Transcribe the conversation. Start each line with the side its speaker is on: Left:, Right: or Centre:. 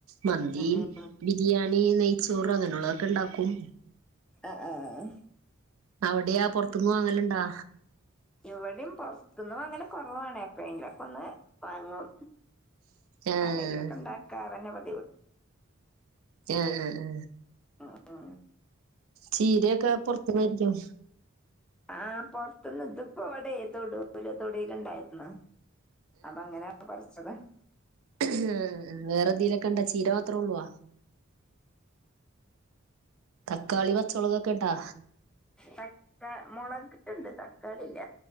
Right: മന്തി
Centre: ഉം ഉം
Right: ബിരിയാണി നെയ്ച്ചോർ അങ്ങനെ ഉള്ളൊക്കെ ഇണ്ടാക്കും
Centre: ആഹ് ആഹ്
Right: അവിടെയാ പുറത്തന്നും വാങ്ങലുണ്ടാ
Centre: ഇവിടെയും പൊറത്തുന്ന് വാങ്ങലു കുറവാണ എപ്പഴെങ്കിലുക്കെ ഒന്ന് വാങ്ങും
Right: ആഹ്
Centre: അല്ലെങ്കിലൊക്കെ ഉണ്ടാക്കാറന്നെ <inaudible>
Right: ആ ആ ആ
Centre: ആ ആ
Right: ചീരയൊക്കെ പുറത്തുന്നായിരിക്കും
Centre: ആഹ് പുറത്തുന്ന് ഇതിപ്പോഅവിടെ തൊടുല് തൊടലുണ്ടായിരുന്നു അപ്പൊ അങ്ങനെയണ പറിച്ചത്
Right: ഉ വേറെ എന്തെങ്കലൊക്കെ ഇണ്ട ചീര മാത്രമേ ഉള്ളുവ തക്കാളി പച്ചളകൊക്കെണ്ടാ
Centre: തക്കാ മുളകട്ടുണ്ട് തക്കാളില്ല